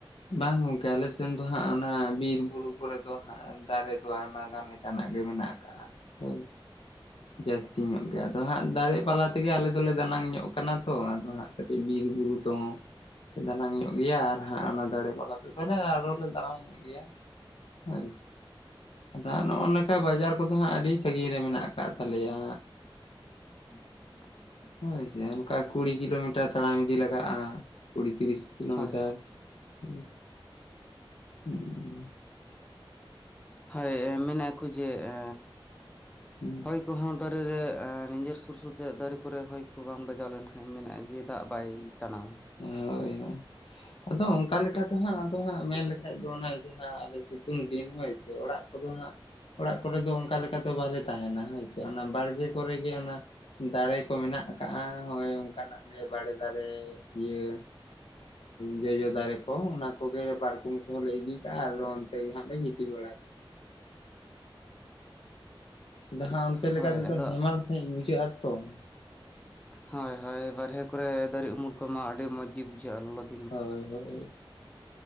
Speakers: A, on the left; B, on the left.
A: ᱵᱟᱝ ᱜᱚᱝᱠᱮ ᱟᱞᱮ ᱥᱮᱱ ᱫᱚ ᱦᱟᱸᱜ ᱚᱱᱟ ᱵᱤᱨ ᱵᱩᱨᱩ ᱠᱚᱨᱮ ᱫᱚ ᱦᱟᱸᱜ ᱫᱟᱨᱮ ᱫᱚ ᱟᱭᱢᱟ ᱜᱟᱱ ᱞᱮᱠᱟᱱᱟᱜ ᱜᱮ ᱢᱮᱱᱟᱜ ᱟᱠᱟᱫ ᱾ ᱦᱳᱭ ᱡᱟᱹᱥᱛᱤ ᱧᱚᱜ ᱜᱮ ᱟᱫᱚ ᱦᱟᱸᱜ ᱫᱟᱨᱮ ᱯᱟᱞᱟᱛ <unintelligible> ᱛᱮᱜᱮ ᱟᱞᱮ ᱫᱚᱞᱮ ᱫᱟᱱᱟᱝ ᱧᱚᱜ ᱠᱟᱱᱟ ᱛᱚ ᱟᱫᱚ ᱦᱟᱸᱜ ᱠᱟᱹᱴᱤᱡ ᱵᱤᱨ ᱵᱩᱨᱩ ᱛᱮᱦᱚᱸ, ᱫᱟᱱᱟᱝ ᱧᱚᱜ ᱜᱮᱭᱟ ᱟᱨ ᱦᱟᱸᱜ ᱚᱱᱟ ᱫᱟᱨᱮ ᱯᱟᱞᱟᱛᱮ ᱛᱚ ᱟᱨᱦᱚᱸ ᱞᱮ ᱫᱟᱱᱟᱝ ᱧᱚᱜ ᱜᱮᱭᱟ ᱾ ᱦᱳᱭ ᱟᱫᱚ ᱱᱚᱜᱼᱚ ᱱᱚᱝᱠᱟ ᱵᱟᱡᱟᱨ ᱠᱚᱫᱚ ᱦᱟᱸᱜ ᱟᱹᱰᱤ ᱥᱟᱺᱜᱤᱧ ᱨᱮ ᱢᱮᱱᱟᱜ ᱟᱠᱟᱫ ᱾ ᱠᱟᱜ <unintelligible> ᱛᱟᱞᱮᱭᱟ
B: ᱠ <unintelligible>
A: ᱦᱳᱭᱥ ᱚᱱᱠᱟ ᱠᱩᱲᱤ ᱠᱤᱞᱳᱢᱤᱴᱟᱨ ᱛᱟᱲᱟᱢ ᱤᱫᱤ ᱞᱟᱜᱟᱜᱼᱟ, ᱠᱩᱲᱤ ᱛᱤᱨᱤᱥ ᱠᱤᱞᱳᱢᱤᱴᱟᱨ
B: ᱦᱳᱭ
A: ᱦᱩᱸ ᱦᱩᱸ
B: ᱦᱳᱭ ᱢᱮᱱ ᱟᱠᱚ ᱡᱮ ᱚᱻ
A: ᱦᱩᱸ
B: ᱦᱳᱭ ᱠᱚᱦᱚᱸ ᱫᱟᱨᱮ ᱨᱮ ᱱᱤᱡᱮᱨ ᱥᱩᱨ ᱥᱩᱨᱛᱮ ᱫᱟᱨᱮ ᱠᱚᱨᱮ ᱦᱚᱭ ᱠᱚ ᱵᱟᱝ ᱵᱟᱡᱟᱣ ᱞᱮᱱᱠᱷᱟᱡ ᱢᱮᱱᱮᱫᱼᱟ ᱡᱮ ᱫᱟᱜ ᱵᱟᱭ ᱴᱟᱲᱟᱣᱟ
A: ᱦᱳᱭ ᱦᱳᱭ ᱟᱫᱚ ᱚᱱᱠᱟ ᱞᱮᱠᱟᱛᱮ ᱦᱟᱸᱜ ᱟᱫᱚ ᱦᱟᱸᱜ ᱢᱮᱱ ᱞᱮᱠᱷᱟᱡ ᱫᱚ ᱚᱱᱟ ᱡᱟᱦᱟᱸ ᱟᱞᱮ ᱥᱤᱛᱩᱝ ᱫᱤᱱ ᱦᱳᱭ ᱥᱮ ᱚᱲᱟᱜ ᱟᱫᱚ ᱦᱟᱸᱜ ᱚᱲᱟᱜ ᱠᱚᱨᱮ ᱫᱚ ᱚᱱᱠᱟ ᱞᱮᱠᱟᱛᱮ ᱵᱟᱞᱮ ᱛᱟᱦᱮᱱᱟ ᱦᱳᱭ ᱥᱮ ᱚᱱᱟ ᱵᱟᱲᱜᱮ ᱠᱚᱨᱮ ᱜᱮ ᱚᱱᱟ ᱫᱟᱨᱮ ᱠᱚ ᱢᱮᱱᱟᱜ ᱟᱠᱟᱟᱜᱼᱟ ᱦᱳᱭ ᱚᱱᱠᱟᱱᱟᱜ ᱜᱮ ᱵᱟᱲᱮ ᱫᱟᱨᱮ ᱤᱭᱟᱹ ᱡᱚᱡᱚ ᱫᱟᱨᱮ ᱠᱚ ᱚᱱᱟ ᱠᱚᱜᱮ ᱯᱟᱨᱠᱚᱢ ᱠᱚᱦᱚᱸ ᱞᱮ ᱤᱫᱤ ᱠᱟᱜᱼᱟ ᱟᱫᱚ ᱚᱱᱛᱮ ᱜᱮ ᱦᱟᱸᱜ ᱞᱮ ᱜᱤᱛᱤᱡ ᱵᱟᱲᱟ ᱠᱟᱜᱼᱟ ᱾ ᱡᱟᱦᱟᱸ ᱚᱱᱛᱮ
B: ᱦᱳᱭ
A: ᱞᱮᱠᱟ ᱛᱮᱫᱚ
B: ᱟᱫᱚ
A: ᱦᱮᱢᱟᱞ ᱥᱟᱺᱦᱤᱡ ᱵᱩᱡᱷᱟᱹᱜᱼᱟ ᱛᱚ ᱾
B: ᱦᱳᱭ ᱦᱳᱭ ᱵᱟᱨᱦᱮ ᱠᱚᱨᱮ ᱫᱟᱨᱮ ᱩᱢᱩᱞ ᱠᱚᱢᱟ ᱟᱹᱰᱤ ᱢᱚᱡᱽ ᱜᱮ ᱵᱩᱡᱷᱟᱹᱜᱼᱟ ᱞᱚ <unintelligible>
A: ᱦᱳᱭ ᱦᱳᱭ